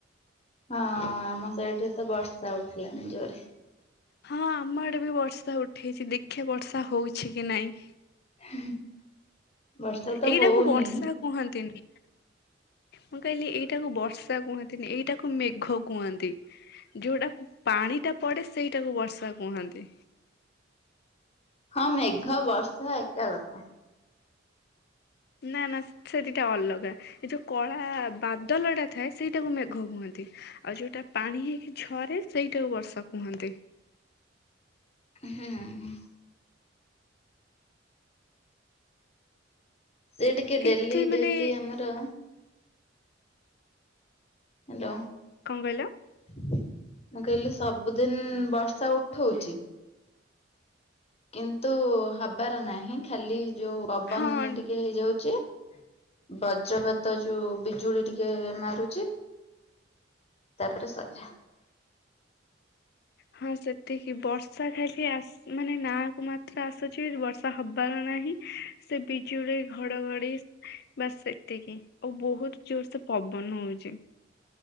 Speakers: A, on the left (about 35°); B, on the left (about 55°).
A: ହଁ ଆମ ସାଇଡ ରେ ତ ବର୍ଷା ଉଠେଇଲାଣି ଜୋରେ
B: ହଁ ଆମ ଆଡେ ବି ବର୍ଷା ଉଠେଇଛି ଦେଖେ ବର୍ଷା ହଉଛି କି ନାଇଁ।
A: <unintelligible> ବର୍ଷା ତ
B: ଏଇଟାକୁ
A: ହଉନି
B: ବର୍ଷା କୁହନ୍ତିନି। ମୁଁ କହିଲି ଏଇଟାକୁ ବର୍ଷା କୁହନ୍ତିନି ଏଇଟାକୁ ମେଘ କୁହନ୍ତି। ଯୋଉଟା ପାଣି ଟା ପଡେ ସେଇଟାକୁ ବର୍ଷା କୁହନ୍ତି।
A: ହଁ ମେଘ ବର୍ଷ ଏକା କଥା।
B: ନାଁ ନାଁ ସେଠିଟା ଅଲଗା ଏ ଯୋଉ କଳା ବାଦଲ ଟା ଥାଏ ସେଇଟାକୁ ମେଘ କୁହନ୍ତି। ଆଉ ଯୋଉଟା ପାଣି ହେଇକି ଝରେ ସେଇଟାକୁ ବର୍ଷା କୁହନ୍ତି।
A: ହୁଁ। ସେ ଟିକେ
B: ଏମିତି
A: ଡେଲି
B: ମାନେ
A: ଡେଲି ଆମର ହ୍ୟାଲୋ
B: କଣ କହିଲ?
A: ମୁଁ କହିଲି ସବୁଦିନ ବର୍ଷା ଉଠଉଚି କିନ୍ତୁ ହବାର ନାହିଁ ଖାଲି ଯୋଉ ଓଭନ
B: ହଁ
A: ଟିକେ ହେଇଯାଉଛି। ବଜ୍ରପାତ ଯୋଉ ବିଜୁଳି ଟିକେ ମାରୁଛି। ତାପରେ ସରିଲା।
B: ହଁ ସେତିକି ବର୍ଷା ଖାଲି ଆସ ମାନେ ନାକୁ ମାତ୍ର ଆସୁଛି ବର୍ଷା ହବାର ନାହିଁ ସେ ବିଜୁଳି ଘଡଘଡି ବାସ ସେତିକି ଆଉ ବହୁତ ଜୋର ସେ ପବନ ହଉଛି।